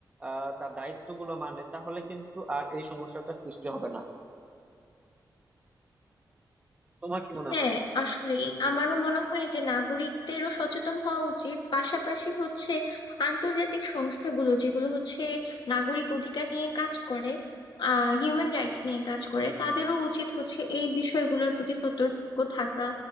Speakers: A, on the right; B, on the left.
A: আহ তার দায়িত্বগুলো মানে তাহলে কিন্তু আর এই সমস্যাটা সৃষ্টি হবে না তোমার কি মনে
B: হ্যাঁ
A: হয়
B: আসলে আমারও মনে হয় যে নাগরিকদেরও সচেতন হওয়া উচিত পাশাপাশি হচ্ছে আন্তর্জাতিক সংস্থাগুলো যেগুলো হচ্ছে নাগরিক অধিকার নিয়ে কাজ করে আহ হিউম্যান রাইটস নিয়ে কাজ করে তাদেরও উচিত হচ্ছে এই বিষয়গুলোর প্রতি সতর্ক থাকা